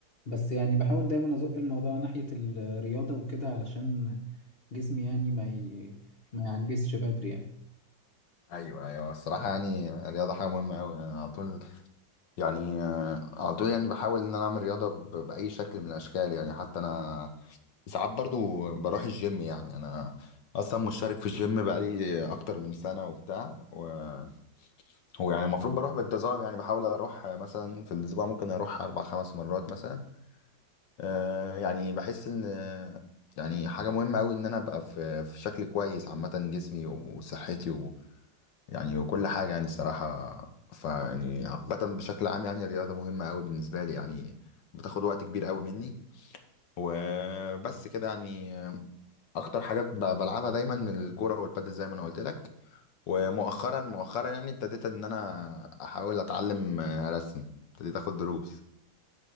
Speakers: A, on the left; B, on the left.
A: بس يعني بحاول دايما أزق الموضوع ناحية الرياضة وكده علشان جسمي يعني ما ي... ما يعجزش بدري يعني
B: ايوه ايوه الصراحه يعني الرياضه حاجه مهمه قوي يعني أنا على طول يعني آه، على طول يعني بحاول ان انا اعمل رياضه ب- باي شكل من الاشكال يعني حتى انا ساعات برضو بروح الجيم يعني انا اصلا مشترك في الجيم بقالي اكتر من سنه وبتاع وهو يعني المفروض بروح بانتظام يعني بحاول اروح مثلا في الاسبوع ممكن اروح اربع خمس مرات مثلا آه، يعني بحس ان آه، يعني حاجة مهمة قوي ان انا ابقى في في شكل كويس عامة جسمي وصحتي ويعني وكل حاجة يعني الصراحة فيعني عامة بشكل عام يعني الرياضة مهمة قوي بالنسبة لي يعني بتاخد وقت كبير قوي مني وبس كده يعني آه، اكتر حاجات ب- بلعبها دايما الكورة والبادل زي ما انا قلت لك ومؤخرا مؤخرا يعني ابتديت ان انا احاول اتعلم آه، رسم ابتديت اخد دروس